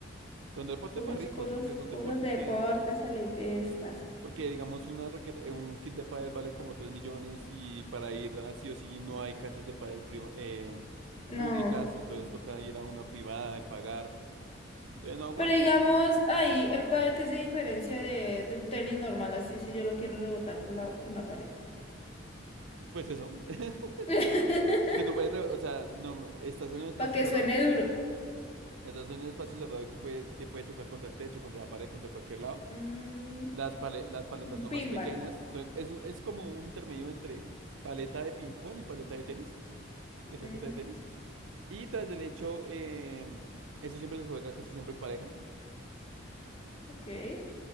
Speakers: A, on the right; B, on the left.
A: Son deportes
B: Puros,
A: para ricos,
B: puros,
A: porque son
B: puros
A: deportes
B: deportes
A: que
B: elitistas.
A: Porque, digamos, una raqueta, eh, un kit de pádel vale como 3 millones y para ir así o sí no hay canchas de pádel priva- eh,
B: No.
A: públicas, entonces toca ir a una privada y pagar. Entonces no aguanta.
B: Pero digamos, ahí, el padre que se diferencia de, de un tenis normal, así si yo lo quiero rebotar con la, con la pared.
A: Pues eso, <laughs>
B: <laughs>
A: que tú puedes, re- o sea, no, estás en un espacio
B: Para que
A: cerrado,
B: suene duro.
A: estás en un espacio cerrado y tú puedes, te puede chocar contra el techo, contra la pared, contra cualquier lado.
B: Mm,
A: Las, pale- las paletas
B: un
A: son
B: pinball.
A: más pequeñas, son- es, es como un intermedio entre paleta de ping-pong y paleta de tenis y raqueta
B: Mm,
A: de tenis. Y tras del hecho, em, eso siempre se juega casi siempre en parejas
B: ok.